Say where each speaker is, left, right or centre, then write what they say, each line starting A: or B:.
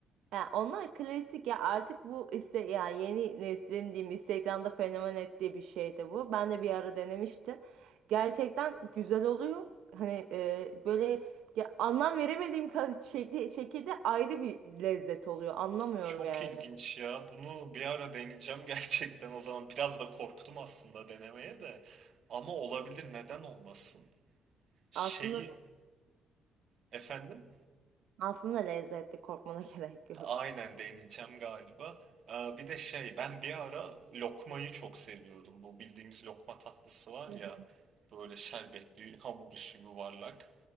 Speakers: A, on the right; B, on the right.
A: Yani onlar klasik ya artık bu iste yani yeni neslin diyeyim Instagram'da fenomen ettiği bir şey de bu. Ben de bir ara denemiştim. Gerçekten güzel oluyor. Hani e, böyle ya anlam veremediğim ka- şekli, şekilde ayrı bir lezzet oluyor. Anlamıyorum
B: Çok
A: yani.
B: ilginç ya. Bunu bir ara deneyeceğim <laughs> gerçekten. O zaman biraz da korktum aslında denemeye de. Ama olabilir, neden olmasın? Şeyi
A: Aslında
B: efendim
A: Aslında lezzetli korkmana <laughs> gerek yok.
B: aynen deneyeceğim galiba. Ee, bir de şey ben bir ara lokmayı çok seviyordum. Bu bildiğimiz lokma tatlısı var
A: Hı
B: ya
A: hı,
B: böyle şerbetli hamur işi yuvarlak.